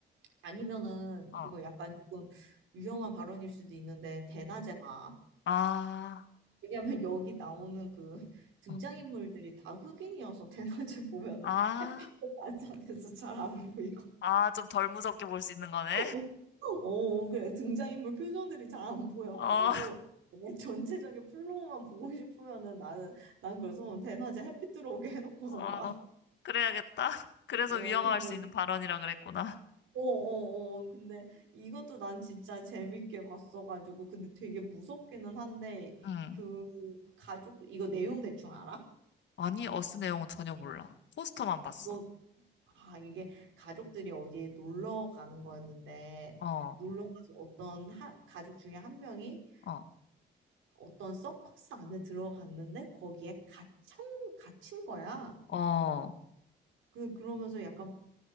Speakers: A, on the right; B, on the left.
A: 아니면은
B: 어.
A: 이거 약간 조금 위험한 발언일 수도 있는데 대낮에 봐.
B: 아,
A: 왜냐면 여기 나오는 그 등장인물들이
B: 어,
A: 다 흑인이어서 대낮에 보면은
B: 아,
A: 햇빛에 반사돼서 잘 안 보이고
B: 아, 좀 덜 무섭게 볼 수 있는
A: <laughs>
B: 거네.
A: 어, 그래 등장인물 표정들이 잘 안 보여가지고
B: <laughs> 어,
A: 그냥 전체적인 플로우만 보고 싶으면은 나는 난 그래서 대낮에 햇빛 들어오게 해놓고서
B: 어,
A: 봐.
B: 그래야겠다. 그래서
A: 어,
B: 위험할
A: 그러면
B: 수 있는 발언이라 그랬구나.
A: 어어어 근데 이것도 난 진짜 재밌게 봤어가지고 근데 되게 무섭기는 한데
B: 응.
A: 그 가족 이거 내용 대충 알아?
B: 아니, 어스 내용은 전혀 몰라. 포스터만 봤어.
A: 이거 아, 이게 가족들이 어디에 놀러 가는 거였는데,
B: 어,
A: 놀러 가서 어떤 하, 가족 중에 한 명이
B: 어,
A: 어떤 서커스 안에 들어갔는데, 거기에 갇힌, 갇힌 거야.
B: 어.
A: 그, 그러면서 약간